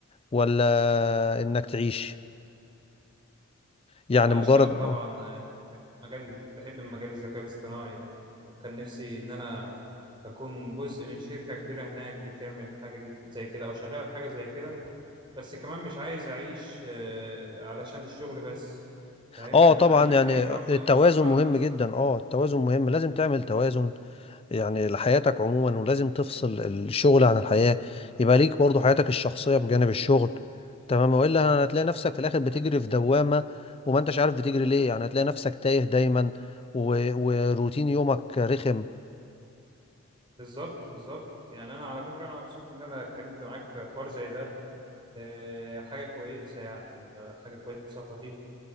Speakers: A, on the left; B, on the right.
A: ولا انك تعيش يعني
B: لا
A: مجرد
B: اشتغل طبعا
A: اه
B: مجال بحب مجال الذكاء الاصطناعي يعني وكان نفسي إن أنا أكون جزء من شركة كبيرة هناك بتعمل حاجة دي زي كده أو شغالة في حاجة زي كده بس كمان مش عايز أعيش آه، علشان الشغل بس فاهم
A: آه
B: يعني
A: طبعا
B: أنا عايز
A: يعني
B: أعيش
A: آه،
B: برضو
A: التوازن
B: إن أنا أرفع عن
A: مهم
B: نفسي
A: جدا اه التوازن مهم لازم تعمل توازن يعني لحياتك عموما ولازم تفصل الشغل عن الحياة يبقى ليك برضو حياتك الشخصية بجانب الشغل تمام والا هتلاقي نفسك في الاخر بتجري في دوامة وما انتش عارف بتجري ليه يعني هتلاقي نفسك تايه دايما و... وروتين يومك رخم
B: بالظبط بالظبط يعني أنا على فكرة أنا مبسوط إن أنا اتكلمت معاك في حوار زي ده آه، حاجة كويسة يعني حاجة كويسة وخفيفة